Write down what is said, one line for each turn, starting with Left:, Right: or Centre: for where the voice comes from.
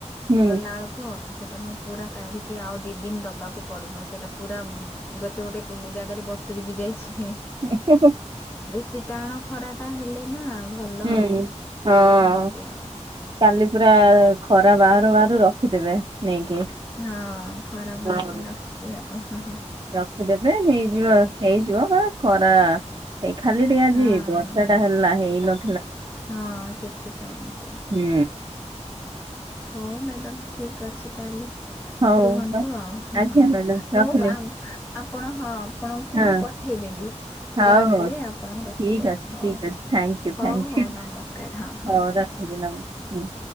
Right: ହୁଁ
Left: ଗଲାଳକୁ ସେଟା ମୁଁ ପୁରା କାଢ଼ିକି ଆଉ ଦି ଦିନ୍ ଦବାକୁ ପଡ଼ିବ ସେଟା ପୁରା ଉଁ ଗୋଟେ ଗୋଟେ ଜାଗାରେ ବ ବତୁରି ବି ଯାଇଛି।
Right: ଏ ହେ ହେ
Left: ବେଶୀ ଟାଣ ଖରା ଟା ହେଲେ ନାଁ ଭଲ
Right: ହୁଁ।
Left: ଆଉ
Right: ହଁ
Left: ଏମିତି ଆଉ।
Right: କାଲି ପୁରା ଖରା ବାହାରୁ ବାହାରୁ ରଖିଦେବେ ନେଇକି।
Left: ହଁ ଖରା
Right: ହଁ।
Left: ବାହାରିଲେ ରଖିବି ଆଉ ହଁ ହଁ।
Right: ରଖିଦେବେ ହେଇଯିବ ହେଇଯିବ ବାସ୍। ଖରା ଏଇ ଖାଲି ଟିକେ ଆଜିି
Left: ହଁ
Right: ବର୍ଷା ଟା ହେଲା ହେଇନ
Left: ହଁ ସେଥିପାଇଁ ଏମିତି ଆଉ।
Right: ହୁଁ।
Left: ହଉ ମ୍ୟାଡ଼ାମ ଠିକ୍ ଅଛି ତାହେଲେ।
Right: ହଉ
Left: ରୁହନ୍ତୁ ଆଉ ହ
Right: ଆଜ୍ଞା
Left: ହ ହ
Right: ମ୍ୟାଡାମ
Left: ମୁଁ
Right: ରଖିଲି
Left: ଆମ ଆପଣ ହଁ। ଆପଣଙ୍କୁ
Right: ହଁ
Left: ମୁଁ ପଠେଇଦେବି ପୁଅ
Right: ହଉ
Left: ହାତରେ
Right: ହଉ
Left: ଆପଣ ରଖିବେ
Right: ଠିକ ଅଛି
Left: ଆଉ ହଉ
Right: ଠିକ
Left: ହଉ।
Right: ଅଛି ଥ୍ୟାଙ୍କୟୁ ଥ୍ୟାଙ୍କୟୁ
Left: ହଉ ହଉ ନମସ୍କାର ହଁ ହଁ
Right: ହଉ
Left: ନମସ୍କାର।
Right: ରଥିଲି ନମସ୍କାର।